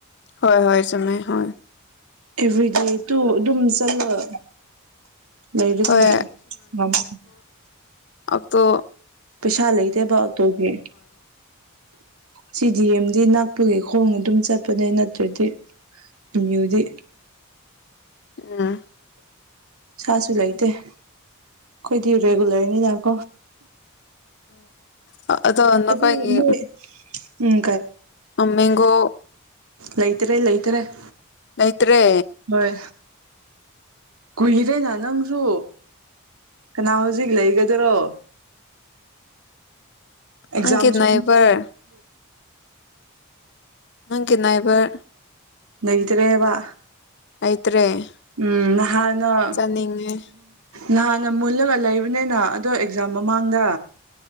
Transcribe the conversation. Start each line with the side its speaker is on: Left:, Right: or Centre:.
Left: ꯍꯣꯏ ꯍꯣꯏ ꯆꯨꯝꯃꯦ ꯍꯣꯏ
Right: ꯑꯦꯕ꯭ꯔꯤꯗꯦ ꯇꯨ ꯑꯗꯨꯝ ꯆꯠꯂ ꯂꯩꯔꯗꯤ
Left: ꯍꯣꯏ
Right: ꯃꯃꯝ
Left: ꯑꯛꯇꯣ
Right: ꯄꯩꯁꯥꯩ ꯂꯩꯇꯦꯕ ꯑꯣꯇꯣꯒꯤ ꯁꯤ ꯗꯤ ꯑꯦꯝꯗꯤ ꯛꯄꯒꯤ ꯈꯣꯡ ꯑꯗꯨꯝ ꯆꯠꯄꯅꯦ ꯅꯠꯇ꯭ꯔꯗꯤ ꯃ꯭ꯌꯨꯗꯤ
Left: ꯎꯝ
Right: ꯁꯥꯁꯨ ꯂꯩꯇꯦ ꯑꯩꯈꯣꯏꯗꯤ ꯔꯦꯒꯨꯂꯔꯅꯤꯅ ꯀꯣ
Left: ꯍ ꯑꯗ ꯅꯈꯥꯏꯒꯤ
Right: ꯑꯗꯨ ꯃꯣꯏ ꯎꯝ
Left: ꯃꯦꯡꯒꯣ
Right: ꯂꯩꯇꯔꯦ ꯂꯩꯇꯔꯦ
Left: ꯅꯇ꯭ꯔꯦ
Right: ꯍꯣꯏ ꯀꯨꯏꯔꯦꯅ ꯅꯪꯁꯨ ꯀꯅꯥ ꯍꯧꯖꯤꯛ ꯂꯩꯒꯗꯔꯣ ꯑꯦꯛꯖꯝꯁꯨꯔꯦ
Left: ꯅꯪꯒꯤ ꯅꯥꯏꯕꯔ ꯅꯪꯒꯤ ꯅꯥꯏꯕꯔ
Right: ꯂꯩꯇ꯭ꯔꯦꯕ
Left: ꯂꯩꯇ꯭ꯔꯦ
Right: ꯎꯝ ꯅꯍꯥꯟꯅꯟ
Left: ꯆꯥꯅꯤꯡꯉꯦ
Right: ꯅꯍꯥꯟꯅ ꯃꯨꯜꯂꯒ ꯂꯩꯕꯅꯤꯅ ꯑꯗꯣ ꯑꯦꯛꯖꯥꯝ ꯃꯃꯥꯡꯗ